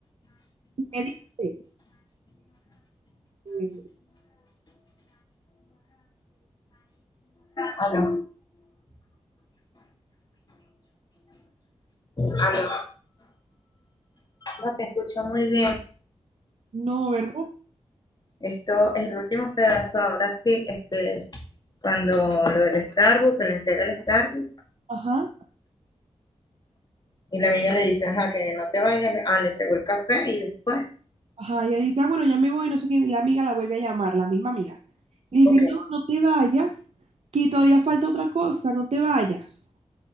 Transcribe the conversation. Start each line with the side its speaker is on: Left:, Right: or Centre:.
Right: y le dice, eh,
Left: Aló, aló. No te escucho muy bien.
Right: no, ¿verdad?
Left: Esto es el último pedazo, ahora sí, este, cuando lo del Starbucks, que le entrega el Starbucks,
Right: Ajá,
Left: y la amiga le dice, ajá, que no te vayas, ah, le entregó el café y después,
Right: ajá. Ella dice, ah, bueno, ya me voy, no sé qué. La amiga la vuelve a llamar, la misma amiga. Le dice,
Left: ok,
Right: no, no te vayas, que todavía falta otra cosa, no te vayas.